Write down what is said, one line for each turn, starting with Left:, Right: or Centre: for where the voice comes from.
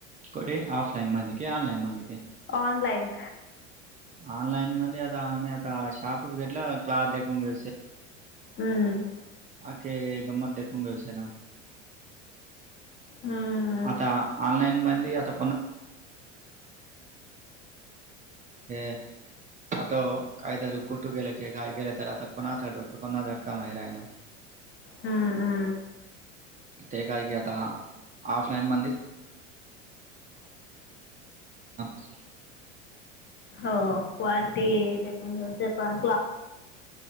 Right: कडे ऑफलाइन मध्ये की ऑनलाइन मध्ये ते.
Left: ऑनलाईन.
Right: ऑनलाईन मध्ये आता आम्ही आता शॉप घेतला <unintelligible>
Left: हम्म.
Right: अके गमत देखूंग विसे ना.
Left: हा.
Right: आता ऑनलाईन मंदे आता <unintelligible> पाठो काहीतरी कुठू गेलं की काय गेलं तर आता कोणात अटूकत कोणात अटकाला नाही राहिना. <inaudible>
Left: हा.
Right: ते काय की आता. ऑफलाईन <unintelligible>
Left: हो क्वालटी देून घेऊ पण